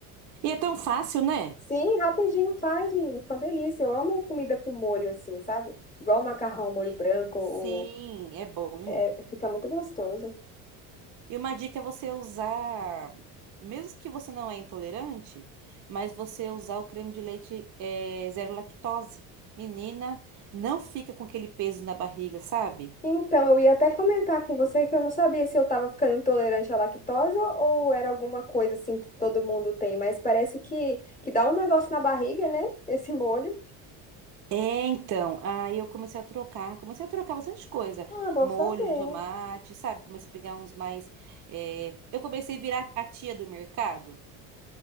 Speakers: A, on the right; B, on the left.
A: E é tão fácil, né?
B: Sim, rapidinho faz, menino. Fica uma delícia. Eu amo comida com molho assim, sabe? Igual macarrão, molho
A: E-
B: branco,
A: Sim,
B: o-
A: é bom.
B: é, fica muito gostoso.
A: E uma dica é você usar, mesmo que você não é intolerante, mas você usar o creme de leite é, zero lactose. Menina, não fica com aquele peso na barriga, sabe?
B: Então, eu ia até comentar com você que eu não sabia se eu estava ficando intolerante à lactose ou ou era alguma coisa assim que todo mundo tem, mas parece que, que dá um negócio na barriga, né? Esse molho.
A: É, então, aí eu comecei a trocar, comecei a trocar bastante coisa,
B: Ah, bom
A: molho
B: saber.
A: de tomate, sabe? Comecei a pegar uns mais, é, eu comecei a virar a tia do mercado.